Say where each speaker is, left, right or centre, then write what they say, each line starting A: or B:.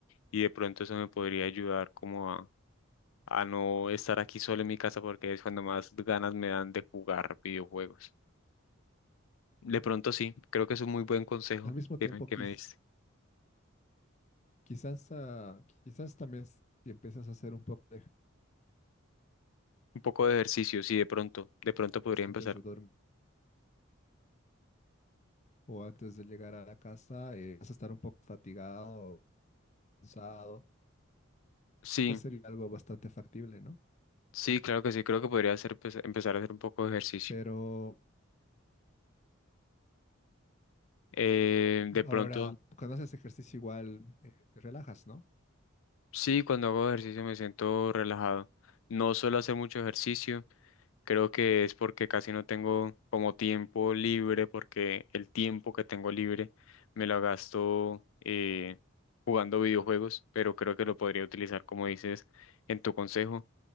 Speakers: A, on the left; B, on the left.
A: y de pronto eso me podría ayudar como a, a no estar aquí solo en mi casa porque es cuando más ganas me dan de jugar videojuegos. De pronto sí, creo que es un muy buen consejo
B: Al mismo
A: que
B: tiempo,
A: me, que
B: quiz-
A: me diste.
B: quizás, ah, quizás también si empiezas a hacer un poco de
A: Un poco de ejercicio, sí, de pronto, de pronto podría
B: ejercicio
A: empezar.
B: antes de dormir, o antes de llegar a la casa, eh, vas a estar un poco fatigado, cansado,
A: Sí,
B: pues sería algo bastante factible, ¿no?
A: sí, claro que sí, creo que podría hacer, pues, empezar a hacer un poco de ejercicio.
B: Pero
A: Eh,
B: ahora,
A: de pronto,
B: cuando haces ejercicio igual, eh, te relajas, ¿no?
A: sí, cuando hago ejercicio me siento relajado. No suelo hacer mucho ejercicio. Creo que es porque casi no tengo como tiempo libre, porque el tiempo que tengo libre me lo gasto eh, jugando videojuegos, pero creo que lo podría utilizar, como dices, en tu consejo,